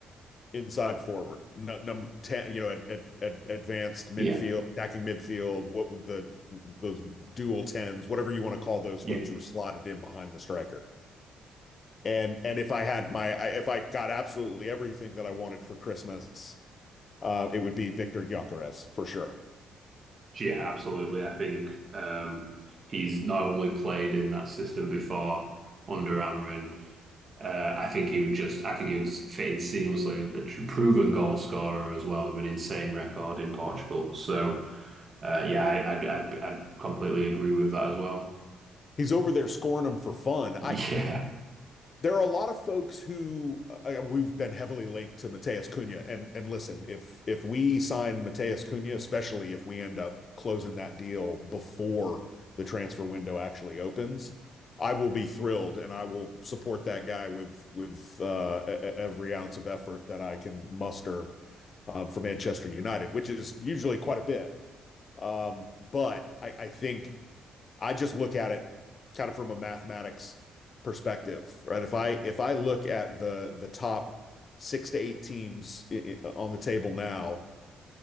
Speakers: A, on the left (about 40°); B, on the right (about 40°).
A: inside forward, no, number 10, you know, at, at, at advanced
B: Yeah.
A: midfield, attacking midfield, what the those dual tens, whatever you want to call those
B: Yeah.
A: folks who were slotted in behind the striker. And and if I had my if I got absolutely everything that I wanted for Christmas, uh, it would be Victor Gyokeres for sure.
B: Yeah, absolutely. I think um, he's not only played in that system before under Amarin, uh, I think he would just, I think he would fit in seamlessly. A tr- proven goal scorer as well, with an insane record in Portugal. So, uh, yeah, I, I'd, I'd, I'd completely agree with that as well.
A: He's over there scoring them for fun.
B: <laughs>
A: I
B: Yeah.
A: there are a lot of folks who uh, uh, we've been heavily linked to Mateus Cunha, and and listen, if if we sign Mateus Cunha, especially if we end up closing that deal before the transfer window actually opens, I will be thrilled, and I will support that guy with with uh, e, e, every ounce of effort that I can muster um, for Manchester United, which is usually quite a bit. Um, but I, I think I just look at it kind of from a mathematics perspective, right? If I if I look at the the top six to eight teams i- i- on the table now,